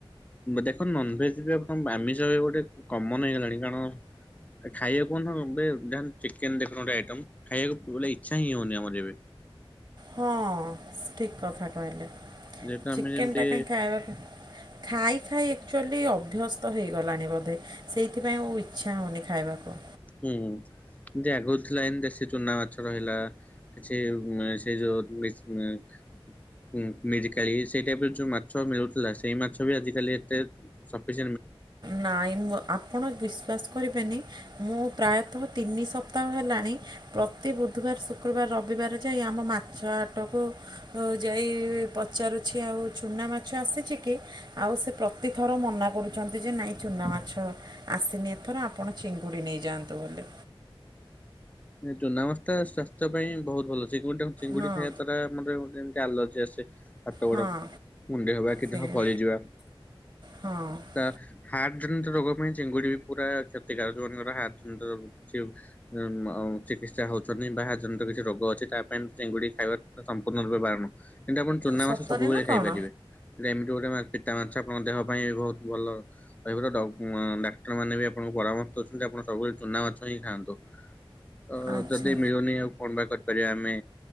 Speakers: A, on the left; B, on the right.
A: ଦେଖ ନନଭେଜ୍ ବି ଆମିଷ ଗୋଟେ କମନ ହେଇଗଲାଣି କାରଣ ଖାଇବାକୁ କହ ଏ ଚିକେନ ଦେଖ ଆଇଟ ଖାଇବାକୁ ବ ଇଚ୍ଛା ହିଁ ହଉନି ଆମର ଏବେ।
B: ହଁ ଠିକ କଥା କହିଲେ।
A: ଯେହେତୁ
B: ଚିକେନ
A: ଆମେ ଯେମିତି
B: ଟା କାଇଁ ଖାଇବା ଖାଇ ଖାଇ ଆକୁଚୁଲି ଅ ଅଭ୍ୟସ୍ତ ହୋଇଇଗଲାଣି ବୋଧେ ସେଇଥିପାଇଁ ମୁଁ ଇଚ୍ଛା ହୋଉନି ଖାଇବାକୁ।
A: ହୁଁ ତି ଆଗରୁ ଥିଲା ଏମିତି ଦେଶୀ ଚୁନା ମାଛ ରହିଲା କିଛି ସେଇ ଯୋଉ ମିସ୍ ମ ମି ମିରିକାଳି ସେଇ ଟାଇପରେ ଯୋଉ ମାଛ ମିଳୁଥିଲା ସେଇ ମାଛ ବି ଆଜିିକାଲି ଏତେ ସପିସେ
B: ନାଇଁ ମୁଁ ଆପଣ ବିଶ୍ବାସ କରିବେନି ମୁଁ ପ୍ରାୟତଃ ତିନି ସପ୍ତାହ ହେଲାଣି ପ୍ରତି ବୁଧବାର ଶୁକ୍ରବାର ରବି ବାର ଯାଇ ଆମ ମାଛ ଆଟକୁ ଯାଇ ପଚାରୁଛି ଆଉ ଚଛୁନା ମାଛ ଆସି ଛି କି ଆଉ ସେ ପ୍ରତିଥର ମନା କରୁଚିନ୍ତି ଯେ ନାଇଁ ଚୁନା ମାଛ ଆସିନି ଏଥର ଆପଣ ଚିଙ୍ଗୁଡ଼ି ନେଇଯାଆନ୍ତୁ ବୋଲି।
A: ଚୁନା ମାଛ ଟା ସ୍ଵାସ୍ଥ ପାଇଁ ବହୁତ ଭଲ। ଚିଙ୍ଗୁଡି ଟା ଚିଙ୍ଗୁଡି
B: ହଁ
A: ଖାଇବା ଦ୍ୱାରା ଏଲର୍ଜି ଆସେ ହାତ
B: ହଁ
A: ଗୋଡ କୁଣ୍ଡେଇ ହବା କି
B: ସେଇଆ
A: ଦେହ ଫଳିଯିବା
B: ହଁ
A: ତା ହାର୍ଟ ର୍ଟ ଜନିତ ରୋଗ ପାଇଁ ଚିଙ୍ଗୁଡ଼ି ବି ପୁରା କ୍ଷତିକାରକ ଯଉମାନଙ୍କର ହାର୍ଟ ଜନିତ କିଛି ମ ଆଉ ଚିକିତ୍ସା ହୋଉଚନ୍ତି ବାହା ଜନିତ କିଛି ରୋଗ ଅଛି। ତା ପାଇଁ ଚିଙ୍ଗୁଡ଼ି ଖାଇବା ସମ୍ପୂର୍ଣ୍ଣ ରୂପେ ବାରଣ କିନ୍ତୁ ଆପଣ ଚୁନା
B: ସତରେ
A: ମାସ ସବୁବେଳେ
B: ନା କଣ
A: ଖାଇପାରିବେ ଗୋଟେ ପିତା ମାଛ ଆପଣଙ୍କ ଦେହ ପାଇଁ ବହୁତ ଭଲ ରହିବ ଡ଼କ୍ ଡାକ୍ତର ମାନେ ବି ଆପଣଙ୍କୁ ପରାମର୍ଶ ଚନ୍ତି ଆପଣ ସବୁବେଳେ ଚୁନା ମାଛ ହିଁ ଖାଆନ୍ତୁ। ତ
B: ଆଚ୍ଛା
A: ଯଦି ମିଳୁନି ଆଉ କଣ ବା କରିପାରିବା ଆମେ